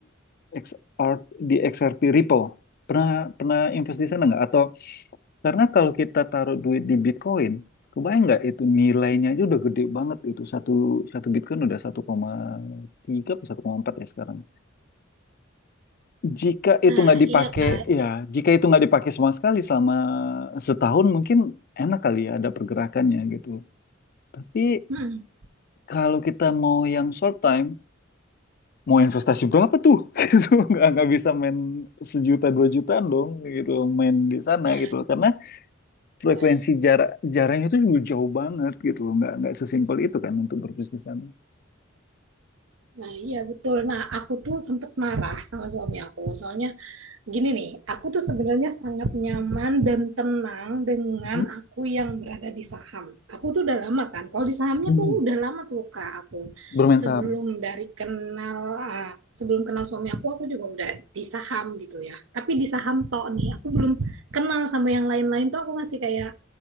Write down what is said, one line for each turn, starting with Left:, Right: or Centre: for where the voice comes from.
Left: XR, di XRP Ripple. Pernah pernah invest
Right: hmm.
Left: di sana nggak? Atau karena kalau kita taruh duit di Bitcoin, kebayang nggak itu nilainya aja udah gede banget itu satu satu Bitcoin udah satu koma tiga atau satu koma empat ya sekarang. Jika itu
Right: Nah,
Left: nggak dipakai,
Right: iya Kak.
Left: ya, jika itu nggak dipakai sama sekali selama setahun mungkin enak kali ya ada pergerakannya gitu. Tapi
Right: Hmm.
Left: kalau kita mau yang short time, mau investasi berapa tuh? <laughs> Gitu, nggak nggak bisa main sejuta dua jutaan dong, gitu main di sana
Right: Nah,
Left: gitu Karena frekuensi
Right: nah,
Left: jarak jaraknya itu juga jauh banget gitu nggak nggak sesimpel itu kan untuk berbisnis di sana.
Right: nah, iya betul. Nah, aku tuh sempet marah sama suami aku. Soalnya Gini nih, aku tuh sebenarnya sangat nyaman dan tenang dengan
Left: Mhm.
Right: aku yang berada di saham. Aku tuh udah lama kan, kalau di sahamnya
Left: Mhm.
Right: tuh udah lama tuh kak aku.
Left: Bermain
Right: Sebelum
Left: saham.
Right: dari kenal, ah, sebelum kenal suami aku, aku juga udah di saham gitu ya. Tapi di saham tok nih, aku belum kenal sama yang lain-lain tuh aku masih kayak,